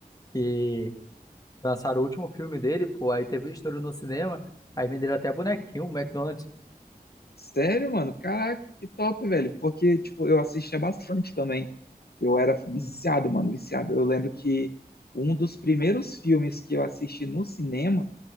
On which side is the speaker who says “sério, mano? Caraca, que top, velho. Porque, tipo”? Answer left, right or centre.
Left